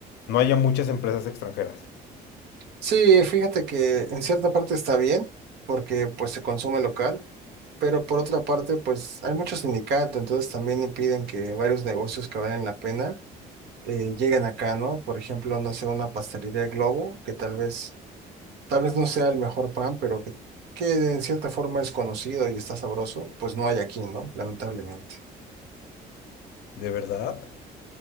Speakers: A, on the left; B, on the right.
A: no haya muchas empresas extranjeras.
B: Sí, fíjate que en cierta parte está bien, porque pues se consume local, pero por otra parte, pues hay muchos sindicatos, entonces también impiden que varios negocios que valen la pena eh, lleguen acá, ¿no? Por ejemplo, no sé, una pastelería Globo, que tal vez, tal vez no sea el mejor pan, pero que, que en cierta forma es conocido y está sabroso, pues no hay aquí, ¿no? Lamentablemente.
A: ¿De verdad?